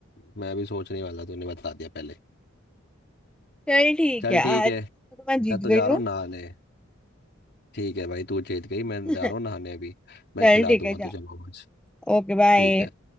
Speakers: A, on the left (about 55°); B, in the centre.
A: मैं भी सोचने वाला तूने बता दिया पहले
B: चल ठीक
A: चल
B: है
A: ठीक
B: आज
A: है
B: तो मैं
A: मैं
B: जीत
A: तो जा
B: गई
A: रहा
B: हूँ
A: हूँ नहाने ठीक है भाई तू जीत गई मैं
B: <laughs>
A: जा रहा हूँ नहाने अभी मैं
B: चल
A: खिला
B: ठीक
A: दूंगा
B: है जा
A: तुझे मोमोज
B: Okay bye
A: ठीक है